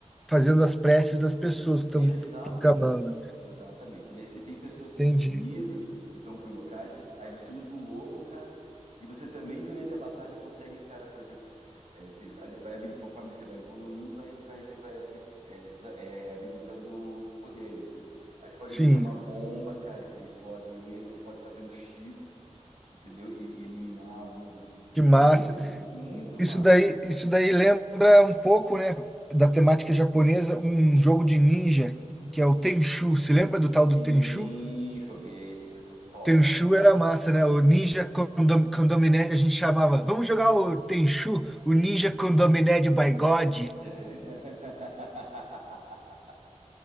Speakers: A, in the centre; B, on the right (about 70°).
A: fazendo as preces das pessoas que estão
B: Exatamente,
A: proclamando.
B: exatamente. Daí você tem pessoas possuídas
A: Entendi.
B: que estão com yokais, aí você usa o lobo, cara, e você também durante a batalha consegue, cara, por exemplo, s- é, ter- vai, habili- conforme você vai evoluindo, vai, vai, vai habili- é, desa- é, habilitando poderes, né? Aí você pode
A: Sim,
B: desenhar uma bomba, cara, que daí explode ele, você pode fazer um X, entendeu? E, e eliminar um dos.
A: que massa.
B: Muito, muito
A: Isso
B: massa.
A: daí, isso daí lembra um pouco, né, da temática japonesa, um jogo de ninja que é o Tenchu. Se lembra do tal
B: Sim,
A: do Tenchu?
B: joguei, acho top,
A: Tenchu
B: né,
A: era massa, né? O Ninja Condom Condominé a gente chamava. Vamos jogar o Tenchu, o Ninja Condominé de By God.
B: <laughs>